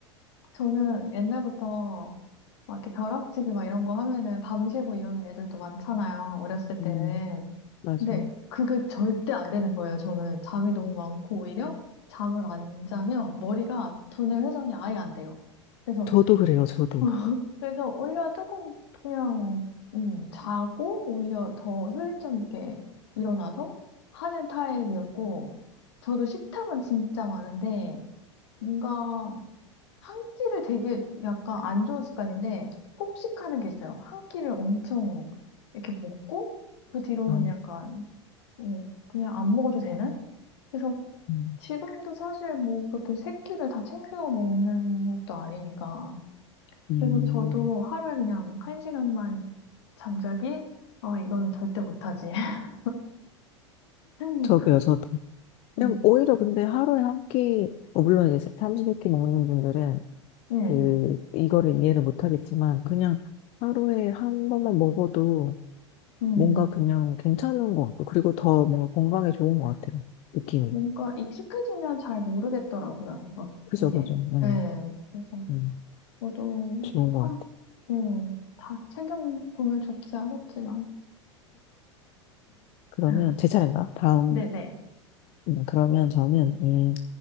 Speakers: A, on the left; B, on the left.
A: 저는 옛날부터 막 이렇게 벼락치기 막 이런 거 하면은 밤새고 이러는 애들도 많잖아요. 어렸을 때는.
B: 음, 맞아요.
A: 근데 그게 절대 안 되는 거예요. 저는 잠이 너무 많고 오히려 잠을 안 자면 머리가 두뇌 회전이 아예 안 돼요. 그래서
B: 저도 그래요, 저도.
A: <laughs> 그래서 오히려 조금 그냥 음, 자고 오히려 더 효율적 있게 일어나서 하는 타입이었고 저도 식탐은 진짜 많은데 뭔가 한 끼를 되게 약간 안 좋은 습관인데 폭식하는 게 있어요. 한 끼를 엄청 이렇게 먹고 그 뒤로는
B: 아,
A: 약간 어, 그냥 안 먹어도 되는? 그래서
B: 음,
A: 지금도 사실 뭐 그렇게 세 끼를 다 챙겨 먹는 것도 아니니까.
B: 음,
A: 그래서 저도 하루에 그냥 한 시간만 잠자기? 아, 이거는 절대 못하지. <laughs> 음,
B: 저도요, 저도. 그냥
A: 음,
B: 오히려 근데 하루에 한 끼, 어, 물론 이제 삼시세끼 먹는 분들은
A: 음.
B: 그 이거를 이해를 못 하겠지만 그냥 하루에 한 번만 먹어도
A: 음.
B: 뭔가 그냥 괜찮은 것 같고, 그리고 더 뭔가 건강에 좋은 것 같아요. 느낌이.
A: 뭔가 익숙해지면 잘 모르겠더라고요. 뭔가
B: 그죠,
A: 이게,
B: 그죠. 음,
A: 예. 그래서
B: 음,
A: 저도
B: 좋은 것 같아요.
A: 음, 다 챙겨보면 좋지 않았지만.
B: 그러면
A: <laughs>
B: 제 차례인가? 다음,
A: 네네.
B: 음, 그러면 저는, 음,